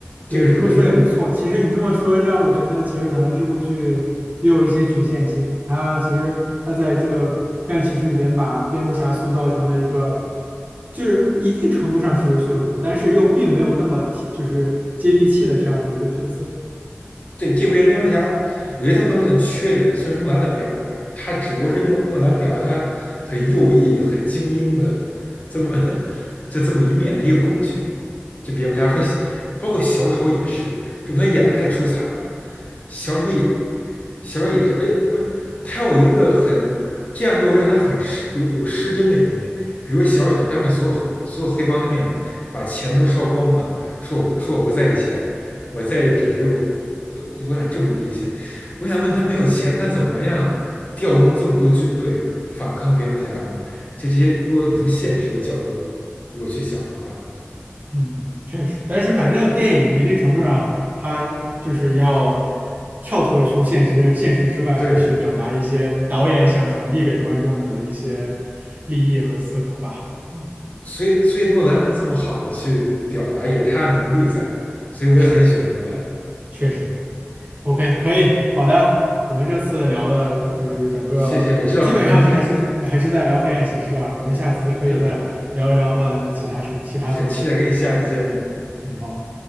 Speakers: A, on the right; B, on the left.
A: 对你这么说也没错，
B: 这个是我觉得诺
A: 其实你这么说让我觉得，其实可能这部剧也有一些局限性。它其实它在这个黑暗骑士里边把蝙蝠侠塑造成了一个，就是一定程度上是有血有肉，但是又并没有那么贴就是接地气的这样的一个角色。
B: 对这部《蝙蝠侠》，我觉得他不能算缺点，算是诺兰的表达，他只不过是诺诺兰表达他很右翼、很精英的这么就这么一面的一个工具。就蝙蝠侠和包括小丑也是，这他演的太出彩了，小丑也小丑也是，哎，不是他有一个很这样就会让他很失有有失真的一面，比如小丑当着所有所有黑帮的面把钱都烧光了，说我不说我不在意钱，我在意的只是我，呃我想证明这一切。我想问他，没有钱，他怎么样调动这么多军队反抗蝙蝠侠呢？就这些，如果你从现实的角度如果去想的话，
A: 嗯，确实，但是反正电影一定程度上，它就是要跳脱出现实现实之外来去表达一些导演想传递给观众们的一些
B: 对，
A: 利益和思考吧。嗯，
B: 所以所以诺兰能这么好的去表达，也是他的能力在，所以我也很喜欢诺兰。
A: 是。确实
B: 嗯，
A: ，OK，可以，好的。我们这次聊的就是整个，
B: 谢谢，我知道很多东西。
A: 基本上还是只还是在聊《黑暗骑士啊。我们下次可以再聊一聊诺兰的其他产其他作品。
B: 是的，行，期待跟你下次见面。嗯。
A: 好。